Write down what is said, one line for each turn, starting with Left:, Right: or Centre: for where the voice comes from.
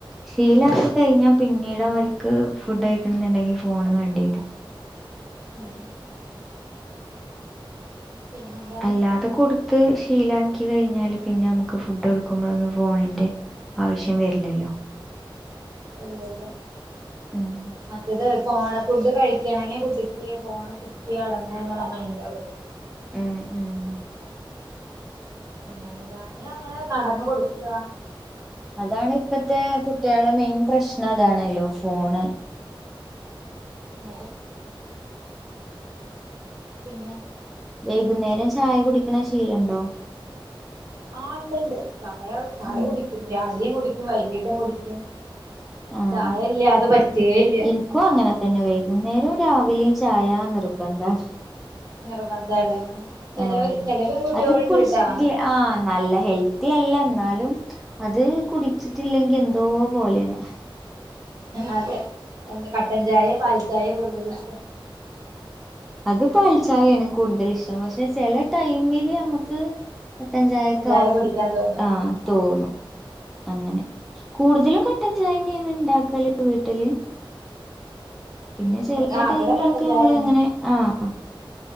Centre: ശീലാക്കി കഴിഞ്ഞാ പിന്നീടവർക്ക് ഫുഡൈക്കണംന്നുണ്ടെങ്കി ഫോണ് വേണ്ടി വെരും.
Right: ഉം. പിന്നെന്താ
Centre: അല്ലാതെ കൊടുത്ത് ശീലാ- ക്കി കയിഞ്ഞാല് പിന്നെ മുക്ക്- ഫുഡൊട്ക്കുമ്പളൊന്നും, ഫോണിന്റെ ആവശ്യം വെര്ലല്ലോ.
Right: <inaudible> ഇല്ല, ഇല്ല
Centre: ഉം
Right: മറ്റത് ഫോണ് ഫുഡ്- കഴിക്കണങ്കി കുട്ടി- ക്ക്‌യേ ഫോണ് കിട്ടിയേ- അടങ്ങുന്നുള്ള മൈൻഡാവും.
Centre: ഉം ഉം.
Right: അങ്ങനെ ഞാന് അങ്ങനെ നടന്ന് കൊടുക്കാ.
Centre: അതാണിപ്പത്തെ കുട്ട്‌യാളെ മെയ്ൻ പ്രശ്നം അതാണല്ലോ ഫോണ്.
Right: അതെ. പിന്നെ.
Centre: വൈകുന്നേരം ചായ കുടിക്ക്ണ ശീലണ്ടോ?
Right: ആഹ്, ണ്ട്, ണ്ട് ചായ, ചായ
Centre: ഉം
Right: കുടിക്കും. രാവിലെയും കുടി- വൈകിട്ടും കുടിക്കും,
Centre: ആഹ്
Right: ചായല്ല്യാതെ പറ്റേല്ല്യ.
Centre: എനിക്കും അങ്ങനെ തന്നെ വൈകുന്നേരവും, രാവിലെയും ചായ നിർബന്ധാണ്.
Right: നിർബന്ധല്ലേ ചിലവര്
Centre: ആഹ്
Right: ചില പെൺകുട്ടികളുണ്ട്ട്ടാ
Centre: അത് കുടിച്ചിട്ടില്ലേ ആഹ, നല്ല ഹെൽത്തി അല്ല, എന്നാലും അത് കുടിച്ചിട്ടില്ലെ ങ്കിഎന്തോ പോലെണ്.
Right: അതെ, എന്ത കട്ടൻ ചായേ, പാൽ ചായേ കൂടുതലിഷ്ടം.
Centre: അത് പാൽചായേണ് കൂടുതലിഷ്ടം. പക്ഷെ ചെല ടൈമില് ഞമ്മക്ക്- കട്ടൻ ചായക്കാവും,
Right: ചായ കുടിക്കാൻ തോന്നും
Centre: ആഹ്...
Right: ഉം
Centre: തോന്നും അങ്ങനെ, കൂടുതലും കട്ടൻചായന്നെണ് ണ്ടാക്കല് വീട്ടില്. പിന്നെ ചെലേ
Right: ആ അവിടെ
Centre: ടൈമിലൊക്കെ
Right: കട്ടൻ ചായന്നെ
Centre: നമ്മള് അങ്ങനെ. ആഹ് അഹ്